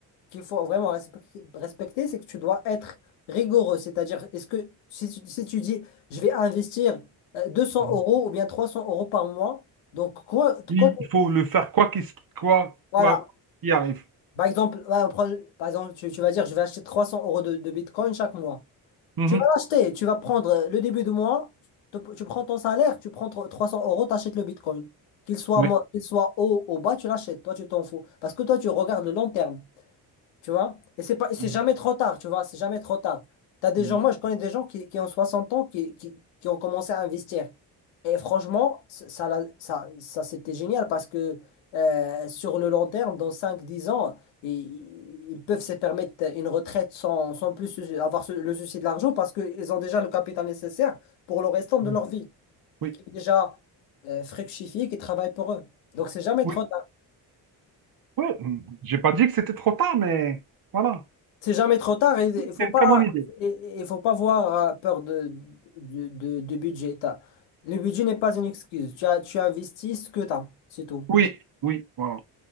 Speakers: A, on the left; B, on the right.
A: qu'il faut vraiment respecter, respecter, c'est que tu dois être rigoureux. C'est-à-dire, est-ce que si, tu si tu dis, je vais investir euh, deux cents
B: Mhm.
A: euros ou bien 300 euros par mois, donc quoi,
B: Il
A: quoi,
B: il faut le faire quoi qu'il quoi,
A: voilà.
B: quoi qu'il arrive.
A: Par exemple, ouais, on prend- par exemple tu, tu vas dire, je vais acheter 300 euros de de Bitcoin chaque mois.
B: Mhm.
A: Tu vas l'acheter, tu vas prendre euh, le début de mois, tu tu prends ton salaire, tu prends tro- 300 euros, tu achètes le Bitcoin. Qu'il soit,
B: Oui.
A: mo- qu'il soit haut ou bas, tu l'achètes, toi tu t'en fous. Parce que toi tu regardes le long terme. Tu vois? Et c'est pas, et c'est
B: Mhm.
A: jamais trop tard, tu vois? C'est jamais trop tard. T'as des
B: Mhm.
A: gens, moi, je connais des gens qui, qui ont 60 ans, qui, qui, qui ont commencé à investir. Et franchement, ça, ça, l'a- ça, ça, c'était génial parce que euh, sur le long terme, dans cinq dix ans, ils, ils peuvent se permettre une retraite sans, sans plus sou- avoir ce- le souci de l'argent parce qu'ils ont déjà le capital nécessaire pour le restant de
B: Mhm.
A: leur vie,
B: Oui.
A: qui est déjà euh, fructifié, qui travaille pour eux. Donc, c'est jamais
B: Oui.
A: trop
B: Oui, j'ai pas dit que c'était trop tard, mais voilà.
A: C'est jamais trop tard et
B: Oui,
A: il faut
B: C'est une
A: pas
B: très bonne idée.
A: il il faut pas avoir euh, peur de, de, de- de budget. T'as- Le budget n'est pas une excuse. Tu as, tu investis ce que tu as, c'est tout.
B: Oui, oui, voilà.